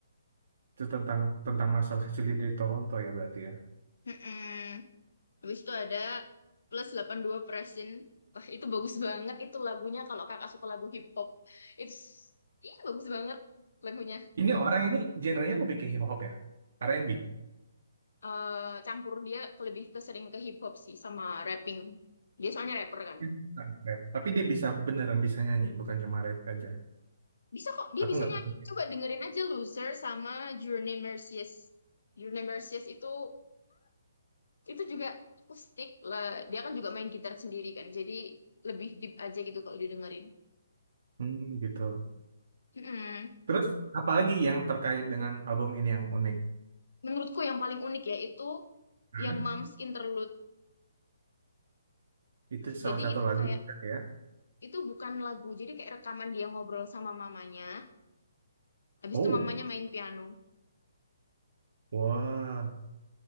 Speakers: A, on the right; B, on the left.
A: Itu tentang tentang masa kecil dia dari Toronto ya berarti ya.
B: Mm-mm. Habis itu ada plus 82 Presin. Wah, itu bagus banget itu lagunya kalau kakak suka lagu hip hop. Itu iya bagus banget lagunya.
A: Ini orang ini genrenya lebih ke hip hop ya, R&B.
B: Eh campur dia lebih ke sering ke hip hop sih sama rapping. Dia soalnya rapper kan.
A: Bukan Rap. Tapi dia bisa beneran bisa nyanyi, bukan cuma rap aja.
B: Bisa kok, dia
A: Aku
B: bisa
A: nggak
B: nyanyi.
A: pernah.
B: Coba dengerin aja Loser sama Journey Mercies. Journey Mercies itu itu juga akustik lah. Dia kan juga main gitar sendiri kan. Jadi lebih deep aja gitu kalau didengerin.
A: Hmm, gitu.
B: Mm-mm.
A: Terus apalagi yang terkait dengan album ini yang unik?
B: Menurutku yang paling unik ya itu
A: Nah,
B: yang Moms Interlude.
A: itu salah
B: Jadi
A: satu
B: itu
A: lagu
B: kayak
A: juga ya.
B: itu bukan lagu, jadi kayak rekaman dia ngobrol sama mamanya. Habis
A: Oh,
B: itu mamanya main piano.
A: wah.